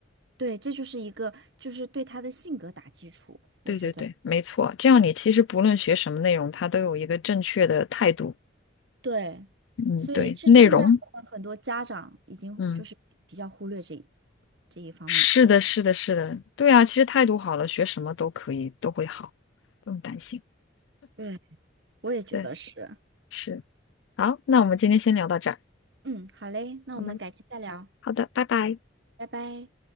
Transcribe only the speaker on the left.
对对对，没错，这样你其实不论学什么内容，它都有一个正确的态度。
嗯，
对，内容，嗯，
是的，是的，是的，对啊，其实态度好了，学什么都可以，都会好，不用担心。
对，是。好，那我们今天先聊到这儿。
好嘞，好的，拜拜。